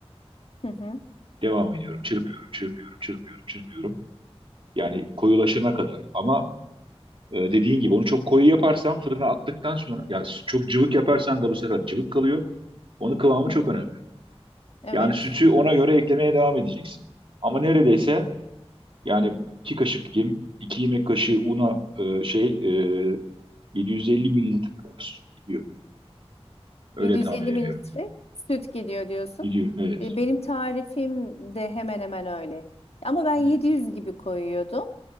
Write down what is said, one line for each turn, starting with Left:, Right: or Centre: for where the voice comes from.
Left: hı hı,
Right: Devam ediyorum, çırpıyorum, çırpıyorum, çırpıyorum, çırpıyorum. Yani koyulaşana kadar. Ama e, dediğin gibi onu çok koyu yaparsan fırına attıktan sonra, ya çok cıvık yaparsan da bu sefer cıvık kalıyor. Onun kıvamı
Left: hı
Right: çok
Left: hı.
Right: önemli.
Left: Evet.
Right: Yani sütü ona göre eklemeye devam edeceksin. Ama neredeyse yani iki kaşık yem, iki yemek kaşığı una e, şey e, 750 mililitre kadar süt gidiyor. Öyle
Left: 750
Right: tahmin ediyorum.
Left: mililitre süt gidiyor diyorsun.
Right: Gidiyor evet.
Left: E, Benim tarifim de hemen hemen öyle. Ama ben
Right: Hı.
Left: 700 gibi koyuyordum.